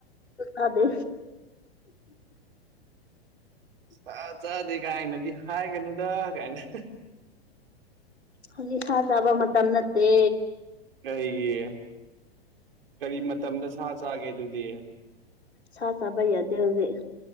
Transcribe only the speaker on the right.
ꯁꯥ ꯆꯠꯗꯦ ꯀꯥꯏꯅꯗꯤ ꯍꯥꯏꯒꯩꯅꯨꯗ ꯀꯥꯏꯅ
ꯀꯔꯤꯒꯤ ꯀꯔꯤ ꯃꯇꯝꯗ ꯁꯥ ꯆꯥꯒꯦ ꯑꯗꯨꯗꯤ